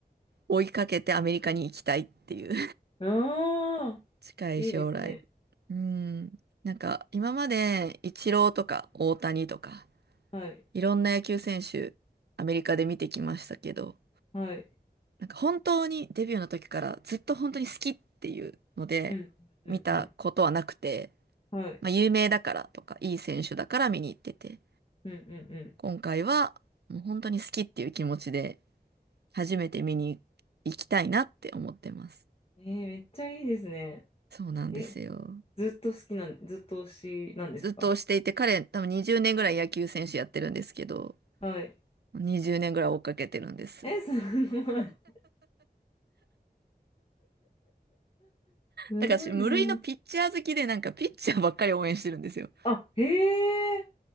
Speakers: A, on the right; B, on the left.
A: 追いかけてアメリカに行きたいっていう
B: ああ、
A: <laughs> 近い将来。
B: いいですね。
A: うん。なんか、今までイチローとか大谷とか、
B: はい。
A: いろんな野球選手、アメリカで見てきましたけど、
B: はい。
A: なんか本当にデビューの時からずっと本当に好きっていうので見たことはなくて、
B: うん。うんうん。はい。
A: まあ有名だからとかいい選手だから見に行ってて、
B: うんうんう
A: 今回はもう本当に好きっていう気持ちで初めて見に行きたいなって思ってます。
B: ん。えー、めっちゃいいですね。
A: そうなんですよ。
B: え、ずっと好きなん、ずっと推しなんですか
A: ずっと推していて彼多分20年ぐらい野球選手やってるんですけど、
B: はい。
A: 20年ぐらい追っかけてるんです。
B: え、すごい。すごいな。
A: だから私無類のピッチャー好きでなんかピッチャーばっかり応援してるんですよ。
B: あ、へえ。